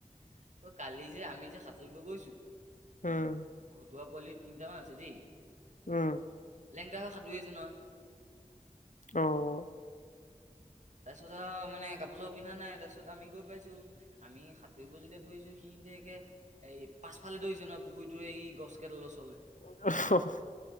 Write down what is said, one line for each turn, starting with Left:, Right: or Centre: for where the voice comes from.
Right: অ', কালি যে আমি যে সাঁতুৰিব গৈছো।
Left: উম।
Right: ঘটুৱা পোৱালিৰ তিনিটামান আছে দেই।
Left: উম।
Right: লেংটা হৈ সাতুৰি আছে নহয়।
Left: অ'।
Right: তাৰ পিছত আহ মানে কাপোৰ চাপোৰ পিন্ধা নাই তাৰ পিছত আমি গই পাইছো। আমি সাঁতুৰিব যেতিয়া ধৰিছো সিহতে একে এই পাছফালে ধৰি হৈছে নহয় পুখুৰীটো এই গছ কেইডালৰ ওচৰলে।
Left: <inaudible>